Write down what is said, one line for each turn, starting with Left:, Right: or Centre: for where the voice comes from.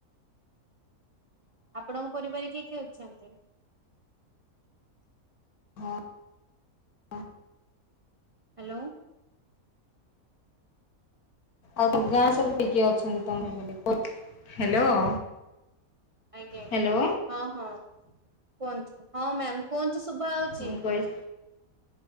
Right: ଆପଣ ପରିବାର ରେ କିଏ କିଏ ଅଛନ୍ତି?
Left: ହଁ ହଁ।
Right: ହ୍ୟାଲୋ।
Left: ଆଉ ଗାଁ ସବୁ କିଏ କିଏ ଅଛନ୍ତି ତମ <unintelligible> ହ୍ୟାଲୋ।
Right: ଆଜ୍ଞା ଆଜ୍ଞ
Left: ହ୍ୟାଲୋ
Right: ହଁ ହଁ କୁହନ୍ତୁ ହଁ ମ୍ୟାାମ କୁହନ୍ତୁ ଶୁଭା ହଉଚି।
Left: ମୁଁ କହି